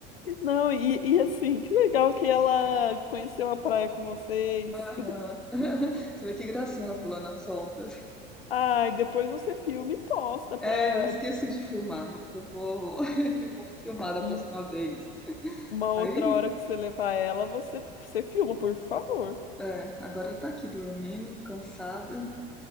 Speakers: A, on the left; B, in the centre.
A: não, e, e assim, que legal que ela conheceu a praia com vocês.
B: Aham. <laughs> Você vê que gracinha ela pulando as ondas.
A: Ai, depois você filma e posta pra
B: É, eu esqueci de filmar, mas eu vou, <laughs> eu vou filmar da
A: um-
B: próxima vez.
A: uma outra
B: Aí,
A: hora que você levar ela, você, você filma, por favor.
B: é, agora ela tá aqui dormindo, cansada.